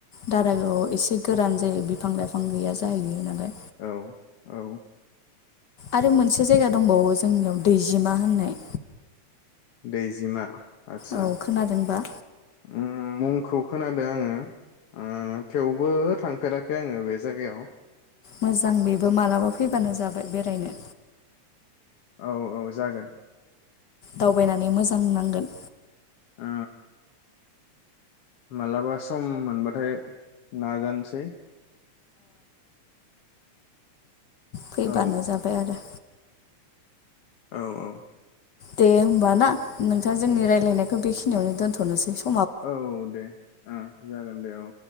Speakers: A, on the left; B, on the left.
A: दारागोआव एसे गोरान जायो बिफां लाइफां गैया जाहैयो नालाय।
B: औ औ।
A: आरो मोनसे जायगा दंबावो जोंनियाव दैजिमा होननाय।
B: दैजिमा। आदसा
A: औ खोनादोंबा
B: उम मुंखौ खोनादो आङो ओ थेवबो थांफेराखै आङो बे जायगायाव
A: मोजां बेबो मालाबा फैबानो जाबाय बेरायनो।
B: औ औ जागोन।
A: दावबायनानै मोजां नांगोन।
B: औ। मालाबा सम मोनबाथाय नाजानोसै।
A: फैबानो
B: औ
A: जाबाय आरो।
B: औ औ
A: दे होमबा ना नोंथां जोंनि रायलायनायखौ बेखिनियावनो दोनथ'नोसै स
B: औ दे ओ जागोन दे औ।